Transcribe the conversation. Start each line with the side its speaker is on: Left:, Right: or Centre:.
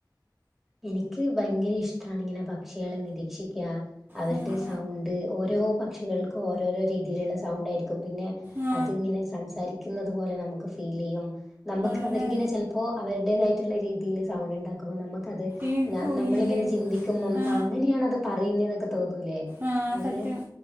Centre: എനിക്ക് ഭയങ്കര ഇഷ്ടാണ് ഇങ്ങനെ പക്ഷികളെ നിരീക്ഷിക്കാ അവരുടെ
Right: സത്യം
Centre: സൗ സൗണ്ട് ഓരോ പക്ഷികൾക്കും ഓരോരോ രീതിയിലുള്ള സൗണ്ടായിരിക്കും, പിന്നെ.
Right: ആ,
Centre: അത് ഇങ്ങനെ സംസാരിക്കുന്നത് പോലെ നമുക്ക് ഫീൽ ചെയ്യും. നമുക്ക്
Right: അതെ
Centre: അവര് ഇങ്ങനെ ചെലപ്പോ അവരുടേതായിട്ടുള്ള രീതിയില് സൗണ്ട് ഉണ്ടാക്കുമ്പോ നമുക്ക് അത്.
Right: ഈ
Centre: ഞനമ്മളിങ്ങനെ
Right: കുയില്
Centre: ചിന്തിക്കുമ്മം ഞാൻ നമ്മള് ഇങ്ങനെ ചിന്തിക്കുന്നു
Right: ആ,
Centre: അങ്ങനെയാണ് അത് പറയുന്നു എന്നൊക്കെ തോന്നൂലേ,
Right: ആ,
Centre: അങ്ങനെ.
Right: സത്യം